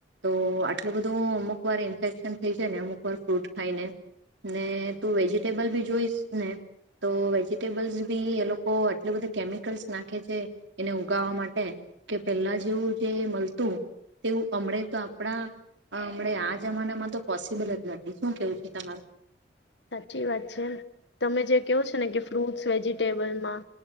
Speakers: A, on the right (about 85°); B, on the left (about 70°).
A: તો આટલું બધું અમુક વાર ઇન્ફેક્શન થઈ જાય ને અમુક વાર ફ્રૂટ ખાઈને ને તું વેજિટેબલ બી જોઈશ ને તો વેજીિટેબલ્સ બી એ લોકો આટલ બધા કેમિકલ્સ નાખે છે એને ઉગાવા માટે કે પેલા જેવું જે મળતું તેવું હમણે તો આપણા હમ આ જમાનામાં તો પોસિબલ જ નથી શું કેવું છે તમારું
B: સાચી વાત છે તમે જે કેવો છો કે ફ્રૂટસ વેજ ટેબલમાં